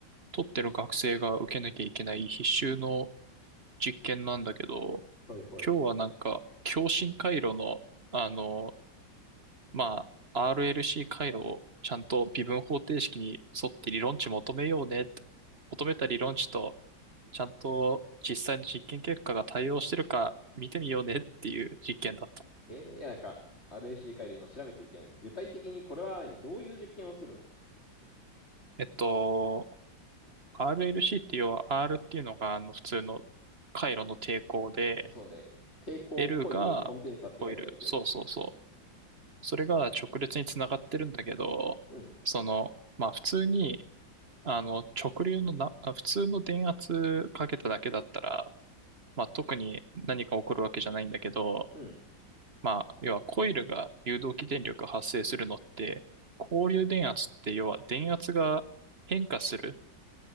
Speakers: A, on the right; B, on the left.
A: 取ってる学生が受けなきゃいけない必修の実験なんだけど、
B: はいはい。
A: 今日はなんか、共振回路の、あの、まあ、RLC 回路をちゃんと微分方程式に沿って理論値求めようねって、求めた理論値と、ちゃんと実際の実験結果が対応してるか見てみようねっていう実験だった。
B: えーいやなんか RAC 回路今調べてるけどない、具体的にこれは何どういう実験をするの
A: えっと、RLC って要は R っていうのがあの普通の回路の抵抗で、
B: そうね。抵抗コイルコンデンサって書いてあるけど。
A: L がコイル。そうそうそう。それが直列につながってるんだけど、
B: うん。
A: その、まあ普通に、あの直流のな、あ普通の電圧かけただけだったら、まあ特に何か起こるわけじゃないんだけど、
B: うん。
A: まあ要はコイルが誘導起電力発生するのって、交流電圧って要は電圧が変化する、